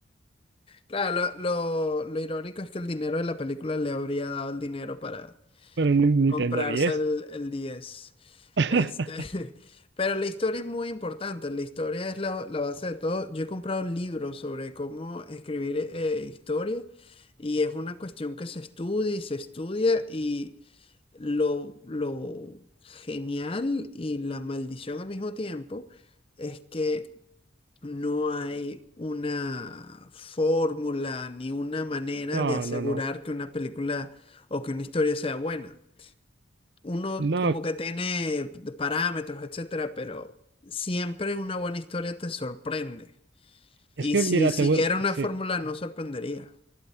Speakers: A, on the left; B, on the right.
A: Claro, lo, lo- lo irónico es que el dinero de la película le habría dado el dinero para,
B: pero un Nintendo
A: comprarse
B: 10.
A: el, el diez
B: <laughs>
A: Este, <laughs> pero la historia es muy importante, la historia es la, la base de todo. Yo he comprado libros sobre cómo escribir eh, historia y es una cuestión que se estudia y se estudia y lo, lo genial y la maldición al mismo tiempo es que no hay una fórmula ni una manera
B: No,
A: de asegurar
B: no, no.
A: que una película o que una historia sea buena uno
B: No,
A: como que tiene parámetros, etcétera, pero siempre una buena historia te sorprende.
B: es
A: Y
B: que
A: si
B: mira,
A: siguiera
B: te voy,
A: una
B: sí.
A: fórmula, no sorprendería.